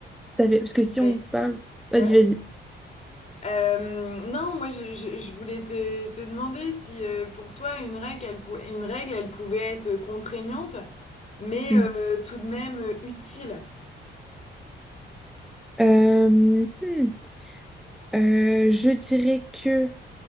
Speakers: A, in the centre; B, on the left.
A: t'avais- parce que si
B: Mais
A: on parle vas-y
B: ouais.
A: vas-y
B: Euh, non, moi je, je, je voulais te, te demander si euh, pour toi une règle, elle, pou- une règle, elle pouvait être contraignante, mais
A: Hmm.
B: euh, tout de même euh, utile.
A: Euh, hmm. Euh, je dirais que